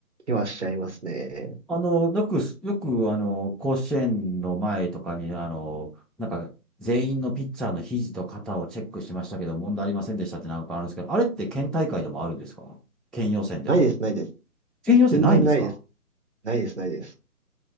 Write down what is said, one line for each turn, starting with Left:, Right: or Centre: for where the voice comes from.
Right: 気はしちゃいますね。
Centre: あの、よく、よく、あの、甲子園の前とかに、あの、なんか、全員のピッチャーの肘と肩をチェックしましたけど、問題ありませんでしたってなんかあるんですけど、あれって県大会でもあるんですか県予選でも。
Right: ないです、ないです。
Centre: 県予選ないんですか
Right: 全然ないです。ないです、ないです。